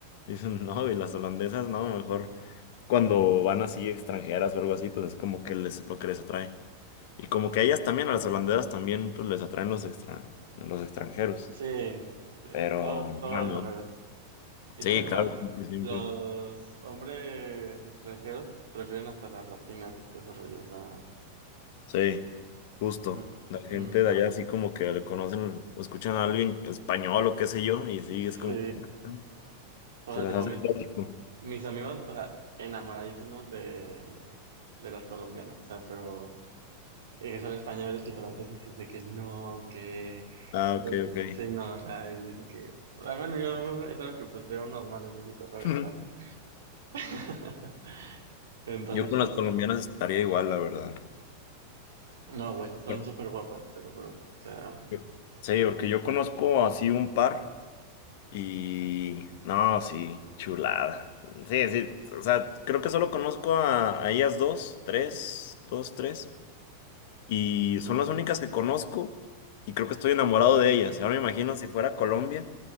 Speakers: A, on the left; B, on the right.
A: dicen <laughs> no, y las holandesas no, mejor cuando van así extranjeras o algo así, pues es como que les, lo que les atrae. Y como que a ellas también, a las holandesas también, pues les atraen los extra, los extranjeros.
B: sí.
A: Pero,
B: Todo, todos
A: no,
B: los
A: no.
B: lugares. Y
A: Sí,
B: siento que
A: claro,
B: más
A: como que siempre.
B: los hombres extranjeros prefieren hasta las latinas y todo ese rollo. O sea,
A: Sí. Justo,
B: mm,
A: la gente
B: mm.
A: de allá así como que le conocen o escuchan a alguien español o qué sé yo, y sí,
B: sí.
A: es como que ah,
B: O
A: se
B: sea,
A: las
B: tipo,
A: hace
B: mis,
A: lógico.
B: Mis amigos, o sea, enamoradísimos de, de las colombianas, o sea, pero eh, son españoles y franceses y dice que no, que
A: Ah,
B: ve,
A: ok, ok.
B: sí, no, o sea, y es que, o sea, bueno, yo es algo que pues veo normal en México, ¿sabes?
A: <laughs>
B: O sea, <laughs> Entonces,
A: Yo con
B: pues,
A: las colombianas estaría igual, la verdad.
B: no, güey, son
A: Pero-
B: súper guapas, te lo juro, o sea,
A: yo- Sí, porque yo conozco así un par y no, sí, chulada. Sí, sí, o sea, creo que solo conozco a, a ellas dos, tres, dos, tres. Y son las únicas que conozco y creo que estoy enamorado de ellas. Ahora me imagino si fuera Colombia,